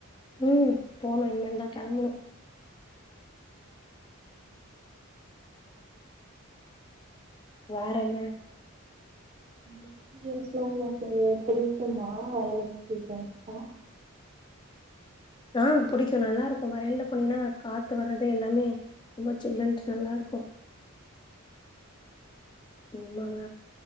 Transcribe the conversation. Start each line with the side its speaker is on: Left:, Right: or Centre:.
Left: உம் போணு இனிமேல் தா கெளம்பணு
Right: <inaudible>
Left: வேற என்ன
Right: எக்ஸ்பீரியன்ஸ்லா உங்களுக்கு பிடிக்குமா வயல் எக்ஸ்பீரியன்ஸ்லா
Left: ஆஹ் புடிக்கு நல்லா இருக்கு வயல்ல போனீங்கன்னா காத்து வர்றது எல்லாமே ரொம்ப சில்லுன்டு நல்லா இருக்கு ஆமாங்க